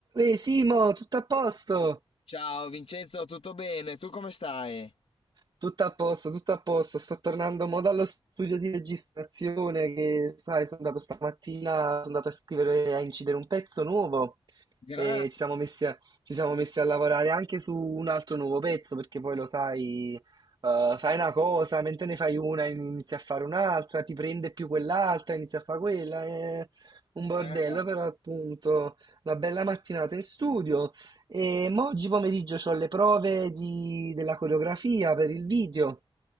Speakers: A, on the right; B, on the left.
A: Ehi Simo, tutto a posto?
B: Ciao Vincenzo, tutto bene? Tu come stai?
A: Tutto a posto, tutto a posto. Sto tornando mo dallo studio di registrazione che, sai, sono andato stamattina, sono andato a scrivere, a incidere un pezzo nuovo
B: Grande,
A: e ci siamo messi a, ci siamo messi a lavorare anche su un altro nuovo pezzo perché poi lo sai, eh, fai una cosa, mentre ne fai una inizi a fare un'altra, ti prende più quell'altra, inizi a fare quella, è un bordello,
B: certo,
A: però appunto una bella mattinata in studio. E mo oggi pomeriggio ho le prove di- della coreografia per il video,